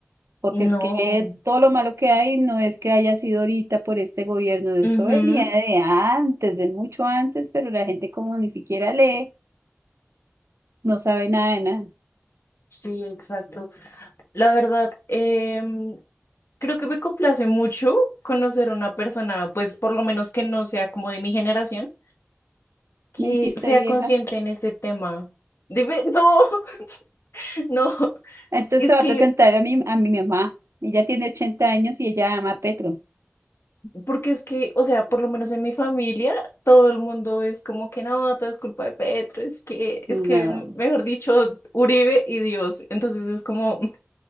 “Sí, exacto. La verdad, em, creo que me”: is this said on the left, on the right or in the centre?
Left